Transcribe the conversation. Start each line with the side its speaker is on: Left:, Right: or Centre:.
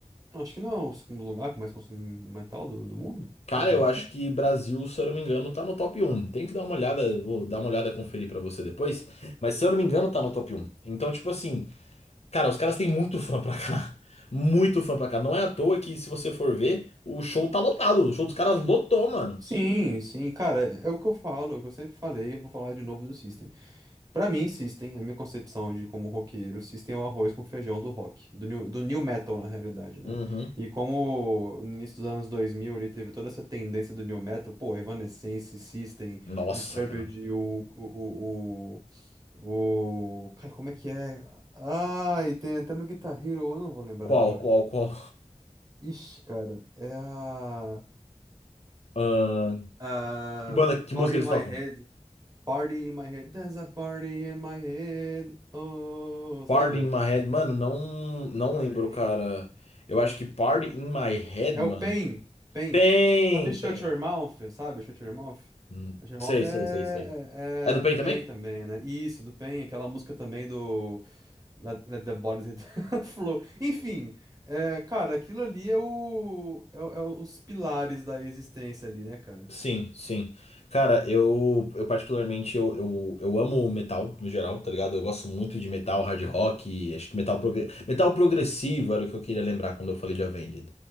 Right: Acho que não é o segundo lugar que mais consome metal do, do mundo,
Left: Cara,
Right: algo
Left: eu
Right: do
Left: acho
Right: tipo.
Left: que Brasil, se eu não me engano, tá no top um Tem que dar uma olhada, vou dar uma olhada, conferir pra você depois. Mas se eu não me engano, tá no top um Então, tipo assim. Cara, os caras têm muito fã pra cá. Muito fã pra cá. Não é à toa que, se você for ver, o show tá lotado. O show dos caras lotou, mano.
Right: Sim, sim, cara, é o que eu falo, é o que eu sempre falei, vou falar de novo do System. Pra mim, System, a minha concepção de como roqueiro, System é o arroz com feijão do rock, do new, do new metal na realidade, né?
Left: Uhum.
Right: E como no início dos anos 2000 ele teve toda essa tendência do new metal, pô, Evanescence, System,
Left: Nossa,
Right: Disturbed,
Left: cara.
Right: o, o, o, o... o- Cara, como é que é? Ai, tem até no Guitar Hero, eu não vou lembrar
Left: Qual,
Right: agora.
Left: qual, qual?
Right: Ixi, cara, é a.
Left: Ahn,
Right: Ah,
Left: que banda, que
Right: Party
Left: música eles
Right: in My
Left: tocam?
Right: Head. Party in My Head. There's a party in my head. Oh, sabe?
Left: Party in My Head. Mano, não, não
Right: Party.
Left: lembro, cara. Eu acho que Party in My Head,
Right: É
Left: mano.
Right: o Pain. Pain.
Left: Pain,
Right: Sabe Shut
Left: Pain.
Right: Your Mouth? Sabe Shut Your Mouth?
Left: Hum,
Right: Shut Your
Left: sei,
Right: Mouth é,
Left: sei, sei, sei. É do
Right: é, é
Left: Pain
Right: do Pain
Left: também?
Right: também, né? Isso, do Pain. Aquela música também do Let, Let the Bodies Hit the <laughs> Flow. Enfim, é, cara, aquilo ali é, o, é, o- é os pilares da existência ali, né, cara?
Left: Sim, sim. Cara, eu, eu particularmente eu, eu, eu amo metal no geral, tá ligado? Eu gosto muito de metal, hard rock, acho que metal, progre... metal progressivo era o que eu queria lembrar quando eu falei de Avenged.